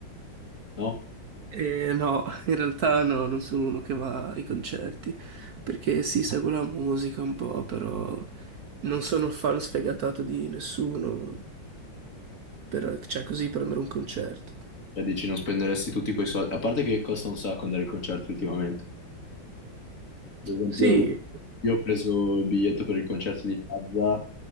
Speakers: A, on the left (about 40°); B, on the right (about 60°).
A: no?
B: Eh, no, in realtà no, non sono uno che va ai concerti, perché sì, seguo la musica un po', però non sono fan sfegatato di nessuno, per, cioè così per andare a un concerto.
A: E dici non spenderesti tutti quei soldi, a parte che costa un sacco andare ai concerti ultimamente. Ad esempio,
B: Sì,
A: io ho preso il biglietto per il concerto di Mazza